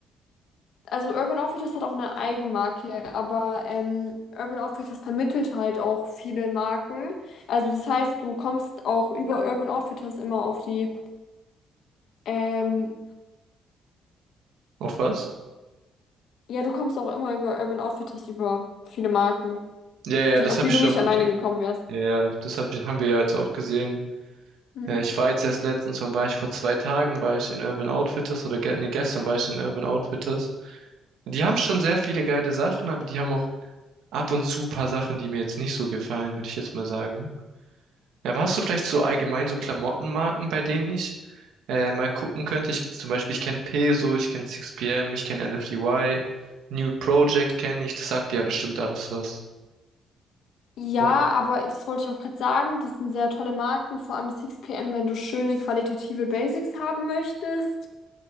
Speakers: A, on the left; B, on the right.
A: Also Urban Outfitters hat auch eine Eigenmarke, aber ähm, Urban Outfitters vermittelt halt auch viele Marken. Also das heißt, du kommst auch über Urban Outfitters immer auf die, ähm,
B: Auf was?
A: ja, du kommst auch immer über Urban Outfitters über viele Marken,
B: Ja, ja,
A: die,
B: das
A: auf
B: habe
A: die
B: ich
A: du
B: schon.
A: nicht alleine gekommen wärst.
B: Ja, ja, das hab, ich- haben wir ja jetzt auch gesehen.
A: Mhm.
B: Äh, ich war jetzt erst letztens, wann war ich? Vor zwei Tagen war ich in Urban Outfitters oder ge nee, gestern war ich in Urban Outfitters. Die haben schon sehr viele geile Sachen, aber die haben auch ab und zu paar Sachen, die mir jetzt nicht so gefallen, würde ich jetzt mal sagen. Ja, aber hast du vielleicht so allgemein so Klamottenmarken, bei denen ich äh, mal gucken könnte? Ich, zum Beispiel, ich kenne Peso, ich kenne 6pm, ich kenne NFDY, Nude Project kenne ich, das sagt dir ja bestimmt alles was.
A: Ja,
B: Oder?
A: aber das wollte ich auch gerade sagen, das sind sehr tolle Marken, vor allem 6PM, wenn du schöne qualitative Basics haben möchtest.